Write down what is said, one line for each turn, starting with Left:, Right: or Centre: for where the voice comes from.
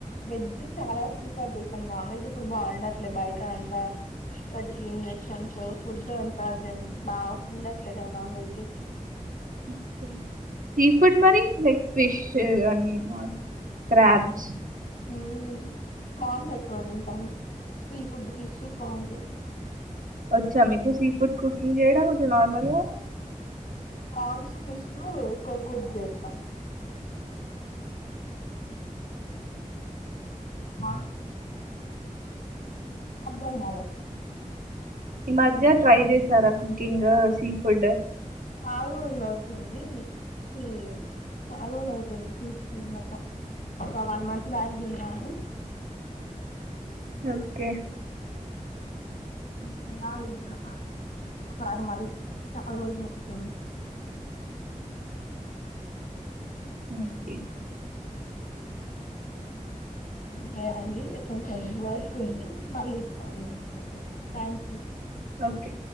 Left: వెజ్ చాలా వ సార్ చేస్తాం నాన్ వెజ్ ఇప్పుడు బాగుండట్లేదు బయట అంతా వాటికి ఇంజక్షన్స్ ఫుడ్ అంత బాండట్లే కదా non veg
Right: okay. Sea food మరి లైక్ ఫిష్ చేగాని క్రాబ్స్
Left: ఉ ప్రాన్స్ ఎక్కువ తింటాం సీ ఫుడ్ ఫిష్ ప్రాన్స్
Right: వచ్చ మీకు సి ఫుడ్ కుకింగ్ చేయడం నార్మల్ గ
Left: ఫ్రాన్స్ ఫిష్ ఉ ఎక్కువగా కుక్ జేస్తా అ అర్థం గాలే
Right: ఈ మధ్య ట్రై చేసారా కుకింగ్ సీ ఫుడ్
Left: చాలా రోజులు అవుతుంది సీ చాలా రోజుల అవుతుంది తీ తినక ఒక వన్ మంత్ బ్యాక్ తిన్నాను
Right: ఓకే
Left: తినాలింకా ఒకసారి మళ్ళీ చాలా రోజుల వస్తుంది
Right: మట్టి
Left: సరే అండి కొంచెం వర్క్ ఉంది మళ్ళీ జేస్తా అలాగ థ్యాంక్ యూ
Right: ఓకే